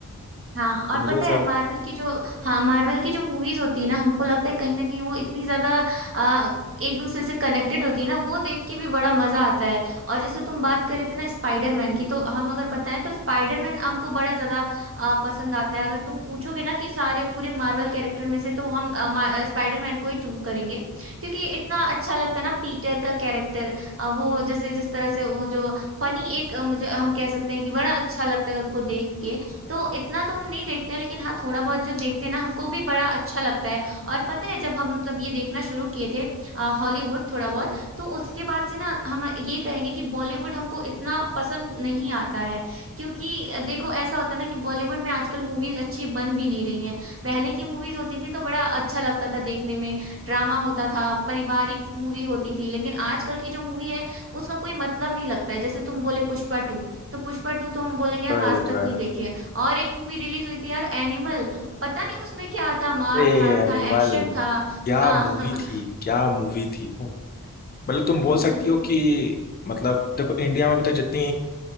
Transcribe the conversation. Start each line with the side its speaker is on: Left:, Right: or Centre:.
Right: हाँ और
Left: तो मुझे
Right: पता
Left: ये सब
Right: है मार्वल की जो हाँ मार्वल की जो मूवीज होती है ना हमको लगता है कहीं ना कहीं वो इतनी ज्यादा आ, एक दूसरे से कनेक्टेड होती है ना वो देख के भी बड़ा मजा आता है और जैसे तुम बात करे थे ना स्पाइडरमैन की तो हम अगर बताएं तो स्पाइडरमैन हमको बड़ा ज्यादा आ, पसंद आता है अगर तुम पूछोगे ना कि सारे पूरे मार्वल कैरेक्टर में से तो हम आ, मा- आ, स्पाइडरमैन को ही चूज करेंगे क्योंकि इतना अच्छा लगता है ना पीटर का कैरेक्टर वो जैसे जिस तरह से वो जो फनी एक आ, मुझे हम कह सकते हैं कि बड़ा अच्छा लगता है उसको देख के तो इतना तो हम नहीं देखते हैं लेकिन हाँ थोड़ा बहुत जो देखते हैं ना हमको भी बड़ा अच्छा लगता है और पता है जब हम मतलब ये देखना शुरू किए थे हॉलीवुड थोड़ा बहुत तो उसके बाद से ना हम ये कहेंगे कि बॉलीवुड हमको इतना पसंद नहीं आता है क्योंकि अ, देखो ऐसा होता है ना कि बॉलीवुड में आजकल मूवीज अच्छी बन भी नहीं रही हैं पहले की मूवीज होती थी तो बड़ा अच्छा लगता था देखने में ड्रामा होता था पारिवारिक मूवी होती थी लेकिन आजकल की जो मूवी है उसका कोई मतलब नहीं लगता है जैसे तुम बोले पुष्पा टू तो पुष्पा टू तो हम बोलेंगे
Left: तो
Right: हम
Left: है
Right: आज
Left: ये तो
Right: तक
Left: है
Right: नहीं देखे और एक मूवी रिलीज हुई थी यार एनिमल पता नहीं उसमें क्या था मार
Left: अरे
Right: धाड़
Left: अनिमल
Right: था एक्शन था
Left: क्या
Right: हाँ
Left: मूवी
Right: <laughs>
Left: थी क्या मूवी थी वो मतलब तुम बोल
Right: अच्छा
Left: सकती हो कि मतलब देखो इंडिया में अभी तक जितनी